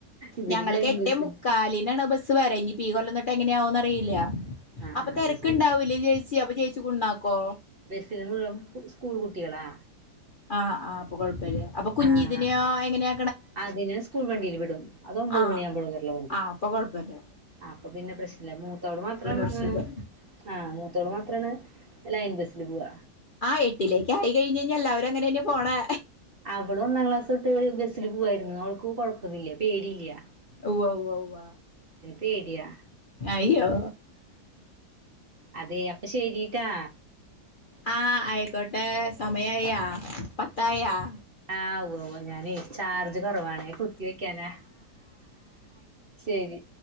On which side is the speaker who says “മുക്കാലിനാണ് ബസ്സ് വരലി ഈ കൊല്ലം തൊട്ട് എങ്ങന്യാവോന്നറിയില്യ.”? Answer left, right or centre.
Left